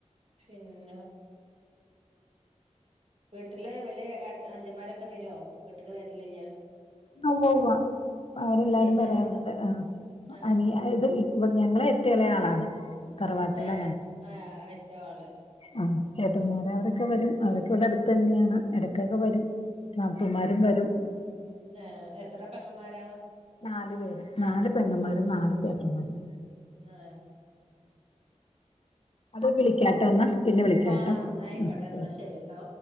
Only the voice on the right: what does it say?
പിന്ന. വീട്ടിലെ വലെ ഏട്ടാ അഞ്ചന്മാരൊക്കെ വരോ വീട്ടക്ക് വരലില്ല.
അനിയന്മാരൊക്കെ
ആഹ്
എ ആ അയച്ച ആള്.
എ എത്ര പെങ്ങമ്മാരാ?
എ.
ആഹ് എന്നായിക്കോട്ടെ
എന്നാ ശരിട്ടോ